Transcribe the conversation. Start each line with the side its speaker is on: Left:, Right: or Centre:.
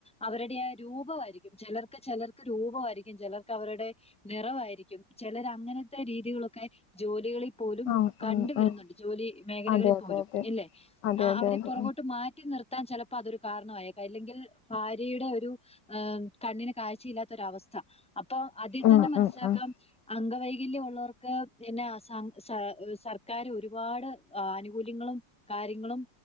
Centre: അവരുടെ ആഹ് രൂപമായിരിക്കും. ചെലർക്ക് ചെലർക്ക് രൂപമായിരിക്കും. ചെലർക്ക് അവരുടെ നിറവായി ക്കും ചെലര അങ്ങനത്തെ രീതികളൊക്കെ ജോലികളിൽ പോലും
Left: ആഹ്
Centre: കണ്ട്
Left: ഉം
Centre: വരുന്നുണ്ട്
Left: ഉം
Centre: ജോലി മേഖലകളിൽ
Left: അതെ അതെ
Centre: പോലും
Left: അതെ
Centre: ഇല്ലേ?
Left: അതെ
Centre: ആഹ്
Left: അതെ
Centre: അവരെ
Left: അതെ
Centre: പൊറകോട്ട് മാറ്റി നിർത്താൻ ചെലപ്പോ അതൊരു കാരണമായേക്ക അല്ലെങ്കിൽ ഭാര്യയുടെ ഒരു ഹേ കണ്ണിന് കാഴ്ചയില്ലാത്തൊരവസ്ഥ അപ്പൊ അതിൽ
Left: ഉം
Centre: തന്നെ മനസ്സിലാക്കാം
Left: ഉം ഉം
Centre: അംഗവൈകല്യം ഉള്ളവർക്ക് പിന്നെ സ സ സർക്കാര് ഒരുപാട് ആനുകൂല്യങ്ങളും കാര്യങ്ങളും